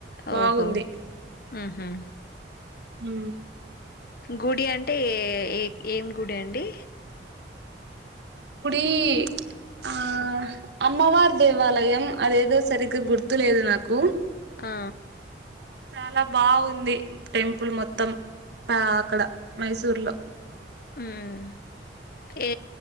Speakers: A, on the right; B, on the left.
A: బాగుంది
B: ఓహో ఉహు
A: హు
B: గుడి అంటే ఏ ఏ ఏం గుడి అండి
A: కుడి ఆ అమ్మవారి దేవాలయం అదేదో సరిగ్గా గుర్తులేదు నాకు
B: ఆ
A: చాలా బావుంది టెంపుల్ మొత్తం ఆ అక్కడ మైసూర్ లో
B: మ్మ్ ఏ